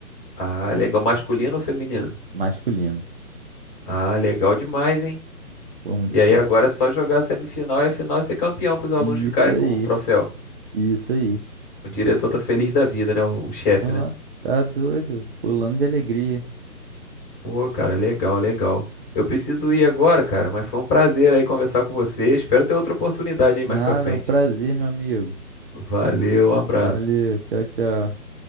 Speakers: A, on the left (about 20°); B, on the right (about 40°).
A: Ah, legal. Masculino ou feminino?
B: Masculino.
A: Ah, legal demais, hein?
B: Foi muito
A: E aí
B: top.
A: agora é só jogar a semifinal e a final e ser campeão para os alunos
B: Isso
A: ficarem
B: aí,
A: com o troféu.
B: isso aí.
A: O diretor tá feliz da vida, né? O, o chefe,
B: Ó,
A: né?
B: tá doido. Pulando de alegria.
A: Pô, cara, legal, legal. Eu preciso ir agora, cara, mas foi um prazer aí conversar com você. Espero ter outra oportunidade aí
B: Nada,
A: mais pra frente.
B: é um prazer, meu amigo.
A: Valeu, um abraço.
B: Valeu, tchau, tchau.